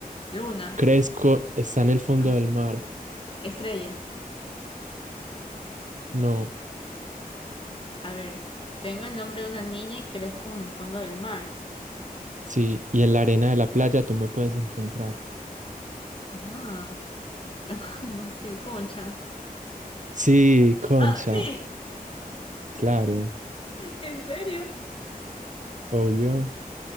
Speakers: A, on the left; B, on the right.
A: luna,
B: crezco, está en el fondo
A: ah,
B: del mar.
A: estrella.
B: No.
A: A ver, tengo el nombre de una niña y crezco en el fondo del mar.
B: Sí, y en la arena de la playa tú me puedes encontrar.
A: Ajá, <laughs> no sé, concha.
B: Sí, Concha,
A: Ah, sí,
B: claro,
A: ¿en serio?
B: obvio.